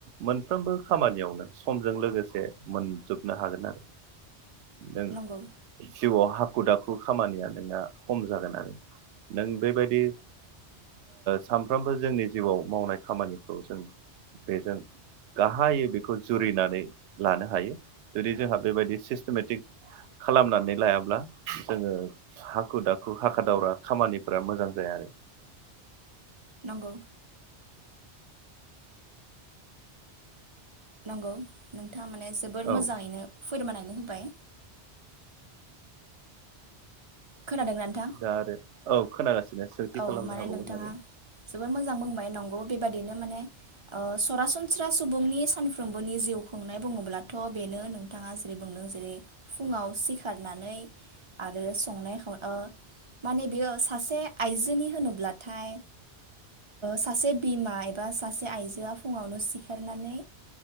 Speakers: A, on the right; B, on the right.
A: मोनफ्रोमबो खामानियावनो समजों लोगोसे मोनजोबनो हागोन आरो। नों
B: नंगौ
A: जिउआव हाखु दाखु बे बे खामानिया नोंना खम जागोन आरो नों बेबायदि सानफ्रोमबो जोंनि जिउआव मावनाय खामानिखौ जों बेजों गाहायै बेखौ जुरिनानै लानो हायो जुदि जोंहा बेबायदि सिस्टेमेटिक खालामनानै लायाब्ला जोंङो हाखु दाखु हाखा दावरा खामानिफोरा मोजां जाया आरो
B: नंगौ नंगौ नों थारमाने जोबोर
A: औ
B: मोजांङैनो फोरमायनानै होबाय। खोनादोंना नोंथां
A: दा आरो औ खोनागासिनो सोंथि
B: औ
A: खालामनो
B: माने
A: हाबावगोन
B: नोंथाङा
A: आरो
B: जोबोद मोजां बुंबाय नंगौ बेबादिनो माने सरासनस्रा सुबुंनि सानफ्रोमबोनि जिउ खुंनाय बुङोब्लाथ' बेनो नोंथाङा जेरै बुंदों जेरै फुङाव सिखारनानै आरो संनाय खावनाय माने बेयो सासे आइजोनि होनोब्लाथाय सासे बिमा एबा सासे आइजोआ फुंङावनो सिखारनानै